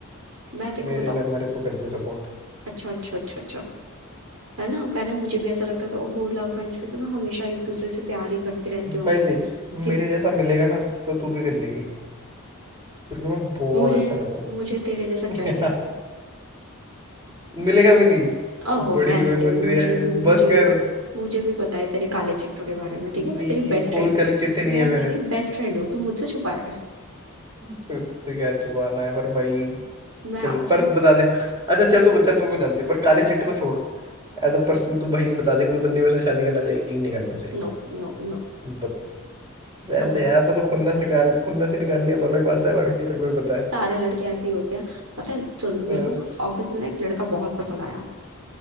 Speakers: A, on the right (about 80°); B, on the right (about 20°).
A: मैं तेरे
B: मेरे
A: को बताऊं
B: लव मैरिज को करती है सपोर्ट
A: अच्छा अच्छा अच्छा अच्छा है ना पहले मुझे भी ऐसा लगता था ओहो लव मैरिज पे तो ना हमेशा एक दूसरे से प्यार ही करते रहते होंगे
B: भाई देख
A: कि
B: मेरे जैसा मिलेगा ना तो तू भी कर लेगी क्योंकि मैं बहुत
A: मुझे
B: अच्छा लगा हूँ
A: मुझे तेरे जैसा चाहिए
B: <laughs> मिलेगा भी नहीं
A: ओहो
B: बड़ी
A: रहने
B: हीरोइन
A: दे
B: बन
A: मुझे
B: रही है
A: भी मुझे
B: बस
A: भी
B: कर
A: मुझे भी पता है तेरे काले चिट्ठों के बारे में ठीक
B: नहीं
A: है मैं तेरी बेस्ट
B: कोई
A: फ्रेंड
B: काले
A: हूँ
B: चिट्टे नहीं
A: मैं
B: है मेरे
A: तेरी बेस्ट फ्रेंड हूँ तू मुझसे छुपा रहा
B: तुझसे क्या छुपाना है पर भाई
A: है मैं
B: चल
A: ऑफिस
B: पर बता दे अच्छा चल तू चल तू मेरे को जानती है पर काले चिट्टे को छोड़ एज अ पर्सन तू भाई बता दे कोई बंदी मेरे से शादी करना चाहिए कि नहीं करना चाहिए
A: No no no
B: बत... रहने
A: अगर
B: दे यार अब तो खुन्नस निकाल खुन्नस ही निकालनी है तो अलग बात है बाकी तेरे को भी पता
A: भाई
B: है
A: सारे लड़के ऐसे ही होते हैं पता है सुन
B: बस
A: मेरे को ना ऑफिस में ना एक लड़का बहुत पसंद आया